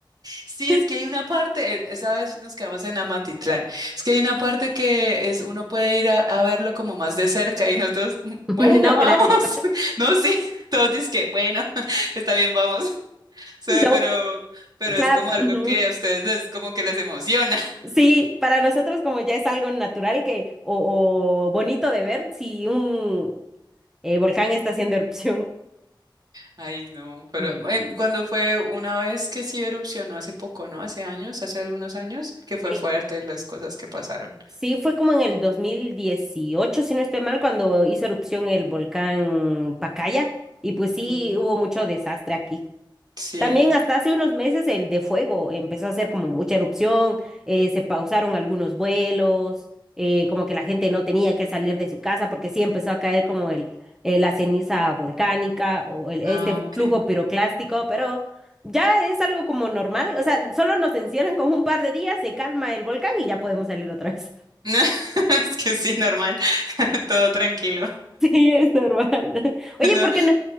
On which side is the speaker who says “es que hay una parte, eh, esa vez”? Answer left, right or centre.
Right